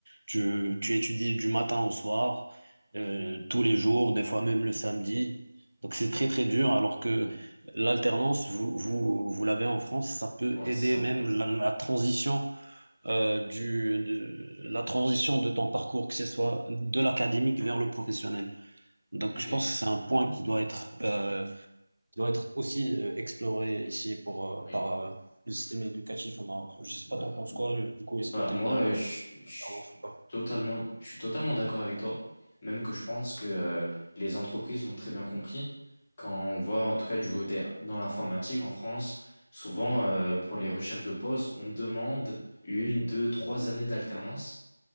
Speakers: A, on the right (about 80°); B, on the left (about 20°).
A: Tu, tu étudies du matin au soir, euh, tous les jours, des fois même le samedi. Donc c'est très très dur, alors que
B: ouais,
A: l'alternance, vous, vous, vous l'avez en France, ça peut
B: ouais,
A: aider
B: c'est ça,
A: même
B: oui,
A: la, la transition euh, du, de, la transition de ton parcours, que ce soit de l'académique vers le professionnel. Donc
B: ok,
A: je pense que c'est un point
B: ouais,
A: qui doit être euh, qui doit être aussi euh, exploré ici pour, euh,
B: oui.
A: par euh, le système éducatif au Maroc. Je sais
B: Bah,
A: pas, t'en penses quoi, euh, du coup, est-ce
B: Bah
A: que t'aimes
B: moi
A: bien euh,
B: euh, je,
A: le système
B: je
A: d'alternance
B: suis
A: ou pas?
B: totalement je suis totalement d'accord avec toi même que je pense que euh, les entreprises l'ont très bien compris quand on voit en tout cas du côté dans l'informatique en France souvent euh, pour les recherches de postes on demande une deux trois années d'alternance